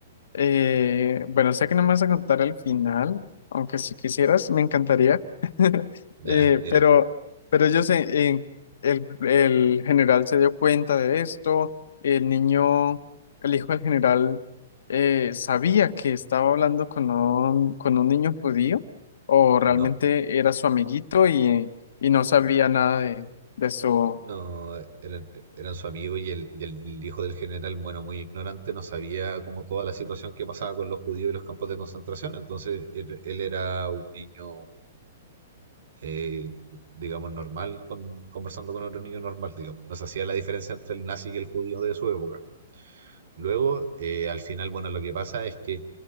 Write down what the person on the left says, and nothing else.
Eh, bueno, sé que no me vas a contar el final, aunque si quisieras, me encantaría. <laughs>
Eh,
pero, pero ellos, en- en- el, el general se dio cuenta de esto, el niño, el hijo del general, eh, sabía que estaba hablando con un, con un niño judío, o realmente
era su amiguito y, y no sabía nada de, de su...